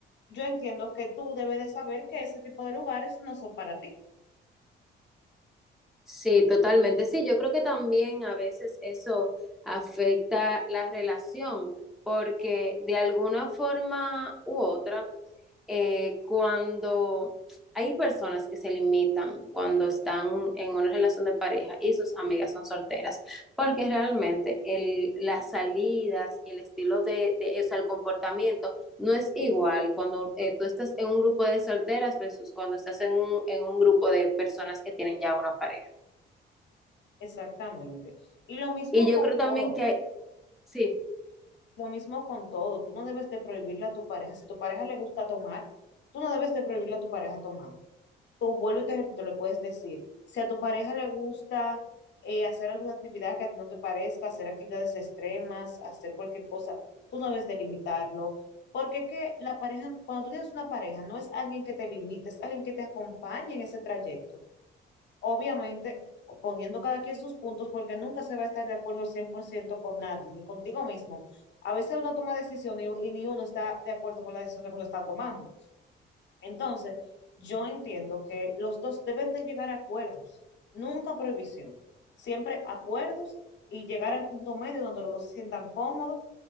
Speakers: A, on the left; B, in the centre.
A: yo entiendo que tú debes de saber que ese tipo de lugares no son para ti.
B: Sí, totalmente. Sí, yo creo que también a veces eso afecta la relación, porque de alguna forma u otra, eh, cuando hay personas que se limitan cuando están en una relación de pareja y sus amigas son solteras, porque realmente el, las salidas y el estilo de, de o sea, el comportamiento no es igual cuando eh, tú estás en un grupo de solteras versus cuando estás en un, en un grupo de personas que tienen ya una pareja.
A: Exactamente. Y lo mismo
B: Y yo
A: con
B: creo también
A: todo.
B: que, sí.
A: Lo mismo con todo, tú no debes de prohibirle a tu pareja. Si tu pareja le gusta tomar, tú no debes de prohibirle a tu pareja tomar. Tú vuelvo y te repito, le puedes decir, si a tu pareja le gusta eh, hacer alguna actividad que a ti no te parezca, hacer actividades extremas, hacer cualquier cosa, tú no debes de limitarlo. Porque es que la pareja, cuando tú tienes una pareja, no es alguien que te limite, es alguien que te acompañe en ese trayecto obviamente poniendo cada quien sus puntos, porque nunca se va a estar de acuerdo al 100% con nadie, ni contigo mismo. A veces uno toma decisiones y, y ni uno está de acuerdo con la decisión que uno está tomando. Entonces, yo entiendo que los dos deben de llegar a acuerdos, nunca prohibición, siempre acuerdos y llegar al punto medio donde los dos se sientan cómodos